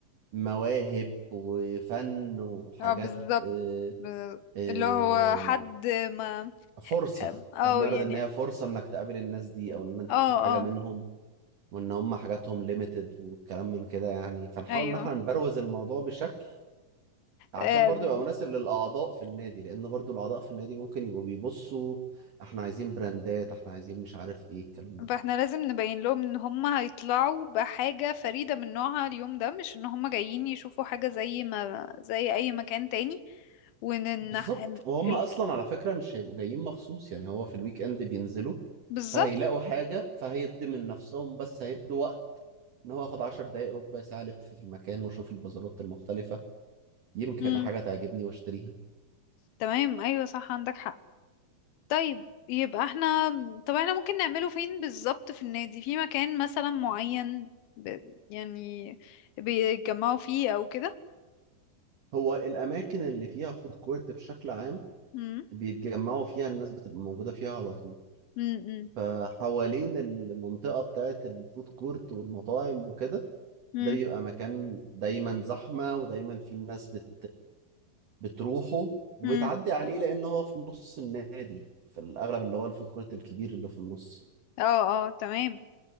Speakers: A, on the right; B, on the left.
A: مواهب وفن وحاجات
B: اه بالظبط
A: آه،
B: ب-
A: آه،
B: اللي هو حد ما
A: فرصة
B: آه، او
A: إحنا بنعرض
B: يعني
A: إن هي فرصة إنك تقابل الناس دي أو إن أنت
B: اه
A: تجيب حاجة
B: اه
A: منهم وان هم حاجاتهم ليميتد والكلام من كده يعني فنحاول
B: ايوه
A: ان احنا نبروز الموضوع بشكل عشان
B: آم،
A: برضو يبقى مناسب للاعضاء في النادي لان برضو الاعضاء في النادي ممكن يبقوا بيبصوا احنا عايزين براندات احنا عايزين مش عارف ايه الكلام ده
B: فاحنا لازم نبين لهم ان هم هيطلعوا بحاجة فريدة من نوعها اليوم ده مش ان هم جايين يشوفوا حاجة زي ما زي اي مكان تاني وان إن
A: بالظبط
B: ال...
A: وهم
B: ال...
A: اصلا على فكرة مش هيبقوا جايين مخصوص يعني هو في الويك اند بينزلوا
B: بالظبط
A: فهيلاقوا حاجة فهيدي من نفسهم بس هيدوا وقت ان هو ياخد 10 دقايق ربع ساعة الف في المكان واشوف البازارات المختلفة يمكن
B: مم.
A: حاجة تعجبني واشتريها
B: تمام ايوه صح عندك حق طيب يبقى احنا طب احنا ممكن نعمله فين بالظبط في النادي في مكان مثلا معين ب... يعني بيتجمعوا فيه او كده
A: هو الاماكن اللي فيها فود كورت بشكل عام
B: مم.
A: بيتجمعوا فيها الناس بتبقى موجودة فيها على طول
B: مم. مم.
A: فحوالين المنطقة بتاعة الفود كورت والمطاعم وكده
B: مم.
A: ده بيبقى مكان دايما زحمة ودايما في الناس بت بتروحه وبتعدي
B: مم.
A: عليه لأن هو في نص النادي في الأغلب اللي هو الفود كورت الكبير اللي في النص
B: اه اه تمام